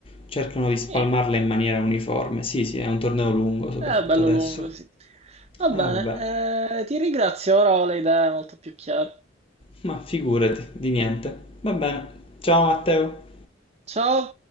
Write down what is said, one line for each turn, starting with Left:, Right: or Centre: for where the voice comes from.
Left: Cercano di spalmarla
Right: Eh,
Left: in maniera uniforme. Sì, sì, è un torneo lungo, soprattutto
Right: è bello
Left: adesso.
Right: lungo, sì. Va
Left: Eh,
Right: bene,
Left: vabbè,
Right: eh, ti ringrazio, ora ho le idee molto più chiare.
Left: ma figurati, di niente. Va bene. Ciao Matteo.
Right: Ciao!